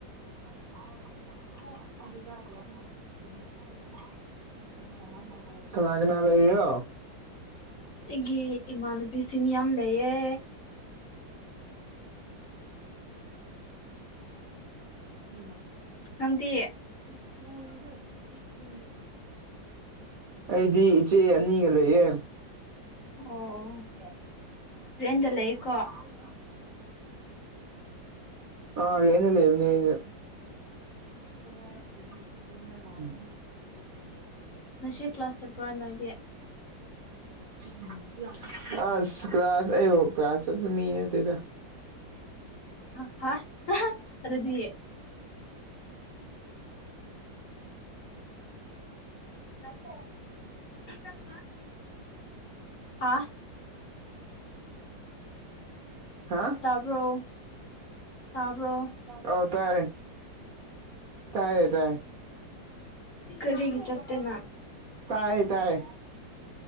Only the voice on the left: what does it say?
<unintelligible>
ꯑꯩꯒꯤ ꯏꯃꯥꯟꯅꯕꯤꯁꯤꯡ ꯌꯥꯝ ꯂꯩꯌꯦ
ꯅꯪꯗꯤ
ꯑꯣ
ꯔꯦꯟꯗ ꯂꯩꯀꯣ
ꯉꯁꯤ ꯀ꯭ꯂꯥꯁ ꯆꯠꯄ꯭ꯔꯥ ꯅꯣꯏꯗꯤ
<unintelligible> ꯑꯗꯨꯗꯤ <unintelligible> ꯍꯥꯥ
ꯇꯥꯕ꯭ꯔꯣ ꯇꯥꯕ꯭ꯔꯣ
ꯀꯔꯤꯒꯤ ꯆꯠꯇꯦ ꯅꯪ